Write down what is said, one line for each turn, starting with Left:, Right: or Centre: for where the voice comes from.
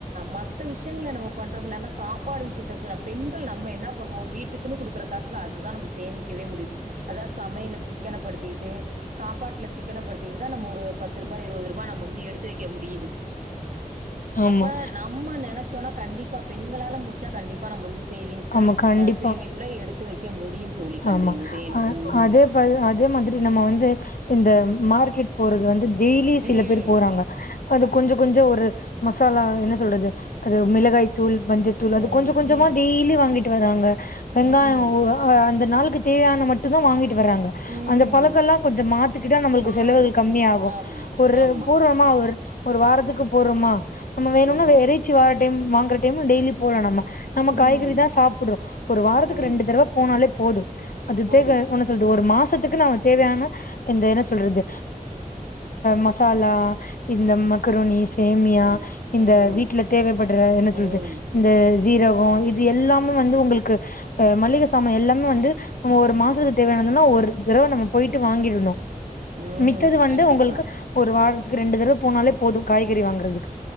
Right: மத்த விஷயங்கள நம்ம பண்றம்ல ஆனா சாப்பாடு விஷயத்த எப்டி பெண்கள் நம்ம என்னா பண்ணுவோ வீட்டுக்குன்னு குடுக்குற காசுல தா நம்ம சேமிக்கவே முடியு அதா சமையல சிக்கனப்படுத்திக்கிட்டு சாப்பாட்ல சிக்கனப்படுத் தா நம்ம ஒரு பத்ருபா இருவதுருபா நம்ம வந்து எடுத்து வெக்க முடியுது
Left: ஆமா
Right: அப்ப நம்ம நென சோனா கண்டிப்பா பெண்களால முடிச்சா கண்டிப்பா நம்ம வந்து சே சேவிங்ஸ்ல
Left: ஆமா கண்டிப்பா
Right: சேமிப்புல எடுத் வெக்க முடியும் தோழி. கண்டி
Left: ஆமா
Right: வேணும்.
Left: அ
Right: ம்.
Left: அதே அதே மாதிரி நம்ம வந்து இந்த மார்க்கெட் போறது வந்து டெய்லி சில
Right: ம்.
Left: பேர் போறாங்க அது கொஞ்சோ கொஞ்சோ ஒரு மசாலா என்ன சொல்றது அது மிளகாய் தூள் மஞ்சத்தூள் அது
Right: ம்.
Left: கொஞ்சோ கொஞ்சமா
Right: ம்.
Left: டெய்லி வாங்கிட்டு வராங்க வெங்காயம்
Right: ம்ஹ்ம். ம்.
Left: அந்த நாளுக்குக்தேவையான மட்டும தா வாங்கிட்டு வர்றாங்க
Right: ம்
Left: அந்த பழக்கெல்லா கொஞ்ச மாத்திக்கிட்டா நம்மளுக்கு
Right: மாறணும்.
Left: செலவுகள் கம்மியாகு
Right: ஆம்.
Left: ஒரு
Right: ஆமா.
Left: பூர்வமா ஒரு ஒரு வாரத்துக்கு போறோமா நம்ம வேணும்னா
Right: ம்.
Left: இறச்சி வார டைம் வாங்குற டைம் டெய்லி போலா நம்ம நம்ம
Right: ம்.
Left: காய்கறி தா சாப்பிடறோ ஒரு வாரத்துக்கு
Right: ம்.
Left: ரெண்டு தடவ போனாலே போதும் அது
Right: போதும்.
Left: தேவ ஒன்னு சொல்லுது ஒரு மாசத்துக்கு நமக்குதேவையான இந்த என்ன சொல்றது மசாலா இந்த மக்ருனி சேமியா
Right: ம்.
Left: இந்த
Right: ம்.
Left: வீட்டுல தேவைப்படுற என்ன சொல்றது
Right: ம்.
Left: இந்த சீரகம் இது எல்லாமே வந்து உங்களுக்கு மளிகசாம எல்லாம் வந்து நம்ம ஒரு மாசத்துக்கு தேவையானதுன்னா ஒரு தடவ நம்ம போயிட்டு வாங்கிடணும்
Right: ம்.
Left: மித்தது வந்து
Right: கண்டிப்பா.
Left: உங்களுக்கு ஒரு வார ரெண்டு தடவ போனாலே போதும் காய்கறி வாங்குறதுக்கு